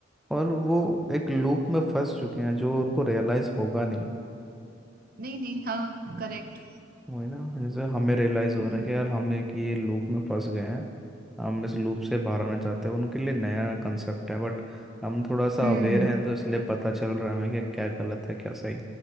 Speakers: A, in the centre; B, on the right (about 50°).
A: और वो एक लूप में फंस चुके हैं जो उनको रियलाइज़ होगा नहीं
B: नहीं नहीं हाँ करेक्ट
A: वही ना जैसे हमें रियलाइज़ हो
B: हम्म
A: रहा है कि यार हम एक ये लूप में फंस गए हैं हम इस लूप से बाहर आना चाहते हैं उनके लिए नया कंसेप्ट है बट हम थोड़ा सा
B: हम्म
A: अवेयर हैं तो इसलिए पता चल रहा है हमें कि क्या गलत है क्या सही